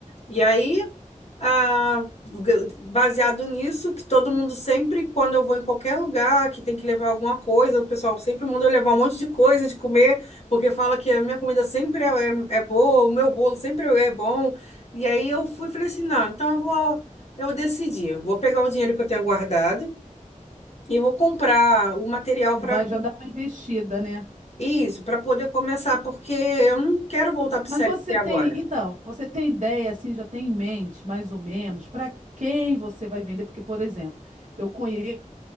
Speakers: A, on the left; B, on the right.
A: E aí, ah, baseado nisso, que todo mundo sempre, quando eu vou em qualquer lugar que tem que levar alguma coisa, o pessoal sempre manda eu levar um monte de coisa de comer, porque fala que a minha comida sempre é, é, é boa, o meu bolo sempre é bom. E aí eu fui e falei assim: não, então eu vou, eu decidi, vou pegar o dinheiro que eu tenho guardado e vou comprar o material
B: e
A: para
B: vai já dar uma investida, né?
A: isso, para poder começar, porque eu não quero voltar para
B: Mas
A: o CLT
B: você
A: agora.
B: tem, então, você tem ideia, assim, já tem em mente, mais ou menos, para quem você vai vender? Porque, por exemplo, eu conheço